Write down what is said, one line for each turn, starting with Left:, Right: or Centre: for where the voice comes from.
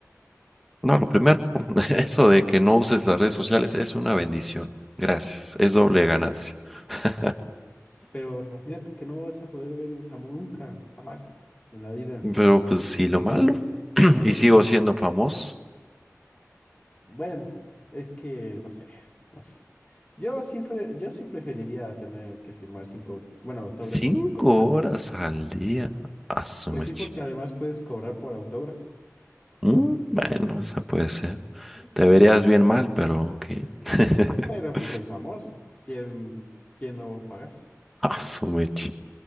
Centre: No, lo primero, <laughs> eso de que no uses las redes sociales es una bendición. Gracias. Es doble ganancia. <laughs>
Left: pero imagínate que no vas a poder ver jamás, nunca, jamás en la vida
Centre: Pero pues sí,
Left: videos,
Centre: lo malo. <clears throat>
Left: memes.
Centre: Y sigo siendo famoso.
Left: Bueno, es que no sé, no sé. Yo sí, fue- yo sí preferiría tener que firmar cinco, bueno, autógrafos
Centre: Cinco
Left: cinco horas al
Centre: horas
Left: día, ¿eh?
Centre: al día. A su
Left: Pues
Centre: mecha.
Left: sí, porque además puedes cobrar por autógrafo.
Centre: Mm, Bueno, esa puede ser.
Left: O
Centre: Te verías
Left: es-
Centre: bien mal, pero ok. <laughs>
Left: Pero pues soy famoso. ¿Quién, quién no va a pagar?
Centre: Ah, su mecha.